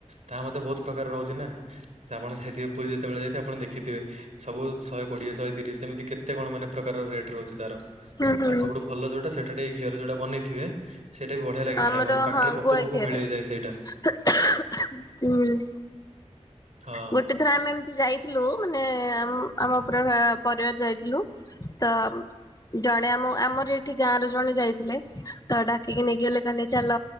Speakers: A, on the right; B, on the left.
A: ତାହା ମଧ୍ଯ ବହୁତ ପ୍ରକାର ରହୁଛି ନା ସେ ଆପଣ ଯାଇଥିବେ ପୁରୀ ଯେତେବେଳେ ଯାଇଥିବେ ଆପଣ ଦେଖିଥିବେ। ସବୁ ଶହେ କୋଡିଏ ଶହେ ତିରିଶ ସେମିତି କେତେ କଣ ମାନେ ପ୍ରକାର ରେଟ୍ ରହୁଚି ତାର। ଆଉ
B: ହୁଁ ହୁଁ।
A: ସବୁଠୁ ଭଲ ଯୋଉଟା ସେଇଟା ଟିକେ ଘିଅର ଯୋଉଟା ବନେଇଥିବେ। ସେଇଟା ବି ବଢିଆ ଲାଗେ
B: ଆମର
A: ଖାଇବା ମାନେ ପାଟିରେ
B: ହଁ
A: ପକୋଉ
B: ଗୁଆ
A: ପକୋଉ
B: ଘିଅରେ
A: ମିଳେଇ ଯାଏ ସେଇଟା।
B: <unintelligible> ହୁଁ।
A: ହଁ
B: ଗୋଟେ ଥର ଆମେ ଏମିତି ଯାଇଥିଲୁ ମାନେ ଆମ୍ ଆମ ପୁରା ପା ପରିବାର ଯାଇଥିଲୁ। ତ ଜଣେ ଆମ ଆମର ଏଠି ଗାଁର ଜଣେ ଯାଇଥିଲେ ତ ଡାକିକି ନେଇକି ଗଲେ କହିଲେ ଚାଲ